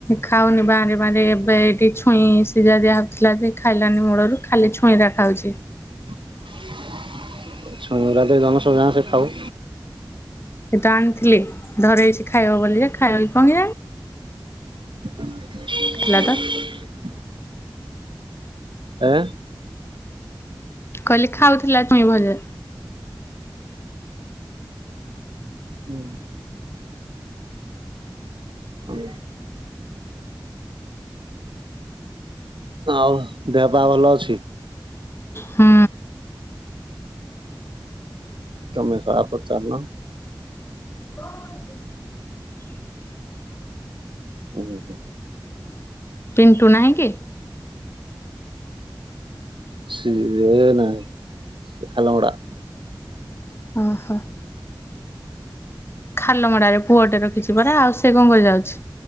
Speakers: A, on the left; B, on the right.
A: ଖାଉନି ବାଁରି ବାଁରି ଏବେ ଏଇଠି ଛୁଇଁ ସିଝା ଦିଆହଉଥିଲା ଖାଇଲାନି ମୂଳରୁ। ଖାଲି ଛୁଇଁ ରା ଖାଉଛି।
B: <unintelligible> ଜନସଜା ସେ ଖାଉ।
A: ସେଇଠା ଆଣିଥିଲି ଧରେଇଛି ଖାଇବ ବୋଲି ଯେ ଖାଇବ କି କଣ କେଜାଣି।
B: ହୁଁ
A: ଥିଲା ତ।
B: ଁ <unintelligible> ଆଁ?
A: କହିଲି ଖାଉଥିଲା ଛୁଇଁ ଭଜା।
B: ହୁଁ। ହଁ। ଆଉ ଦେହ ପା ଭଲ ଅଛି?
A: ହୁଁ।
B: ତମେ ସଳା ପଚାରୁନ।
A: ହ
B: ହୁଁ ହୁଁ।
A: ପିଣ୍ଟୁ ନାହିଁ କି?
B: ସିଏ ନାହିଁ ସେ ଖାଲହଡ଼ା।
A: ଅ ହ। ଖାଲ ମଡ଼ାରେ ପୁଅଟେ ରଖିଛି ପରା ଆଉ ସେ କଣ କରି ଯାଉଛି?